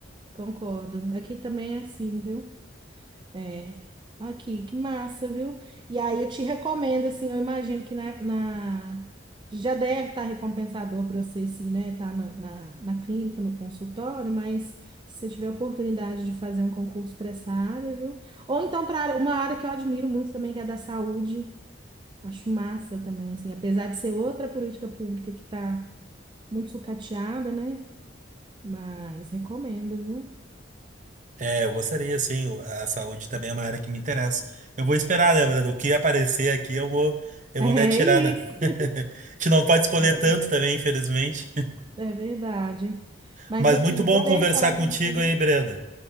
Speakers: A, on the right; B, on the right.
A: Concordo. Aqui também é assim, viu? É. Aqui, que massa, viu? E aí eu te recomendo, assim, eu imagino que na, na- já deve estar recompensador para você, assim, né? Tá na, na, na clínica, no consultório, mas se você tiver oportunidade de fazer um concurso para essa área, viu? Ou então para uma área que eu admiro muito também, que é a da saúde. Acho massa também, assim, apesar de ser outra política pública que está muito sucateada, né? Mas recomendo, viu?
B: É, eu gostaria, sim. o- A saúde também é uma área que me interessa. Eu vou esperar, né, Brando? O que aparecer aqui, eu vou, eu
A: <laughs>
B: vou me atirar, né? <laughs> A gente não pode escolher
A: É
B: tanto
A: isso.
B: também, infelizmente.
A: É verdade. Mas
B: Mas
A: aqui,
B: muito bom
A: adorei
B: conversar
A: falar
B: contigo
A: com você.
B: aí, Brenda.